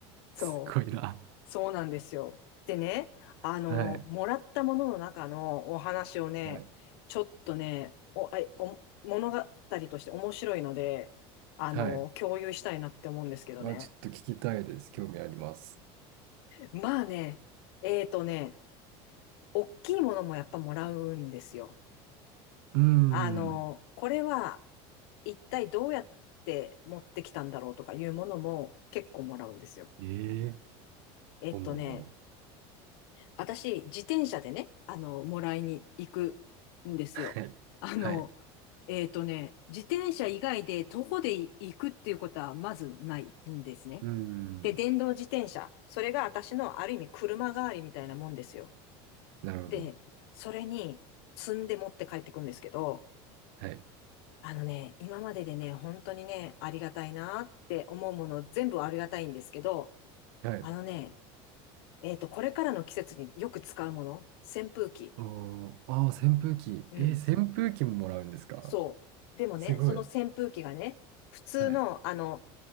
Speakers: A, on the left; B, on the right.
A: そう。
B: すごいな。
A: そうなんですよ。でね、あの、
B: はい。
A: もらったものの中のお話をね、
B: はい。
A: ちょっとね、お、あお、物語として面白いので、あの、
B: はい。
A: 共有したいなって思うんですけどね。
B: は、ちょっと聞きたいです。興味あります。
A: まあね、えーとね、大きいものもやっぱもらうんですよ。
B: うーん。
A: あの、これは一体どうやって持ってきたんだろうとかいうものも結構もらうんですよ。
B: ええ
A: えっとね、
B: どんなのだろ
A: 私、自転車でね、あの、もらいに行くんですよ。
B: う。はい。
A: あの、
B: はい。
A: えっとね、自転車以外で徒歩で行くっていうことはまずないんですね。
B: うーん。
A: で、電動自転車。それが私のある意味車代わりみたいなもんですよ。
B: なるほど。
A: で、それに積んで持って帰ってくんですけど、
B: はい。
A: あのね、今まででね、本当にね、ありがたいなって思うもの全部ありがたいんですけど、
B: はい。
A: あのね、えっと、これからの季節によく使うもの、扇風機。
B: おー、あー、扇風機。
A: うん。
B: えー、扇風機ももらうんですか
A: そう。でもね、
B: すごい。
A: その扇風機がね、普通の、
B: はい。
A: あの、